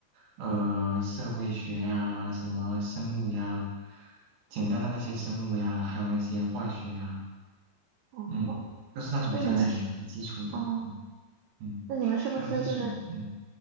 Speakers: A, on the right (about 60°); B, on the right (about 80°).
A: 呃，社会学呀，什么生物呀，简单的那些生物呀，还有那些化学呀。
B: 哦，
A: 嗯，都是那种比较简单的、
B: 那你们是
A: 基础的，
B: 哦，
A: 嗯嗯，
B: 那你们是不是就是
A: 还有艺术，嗯。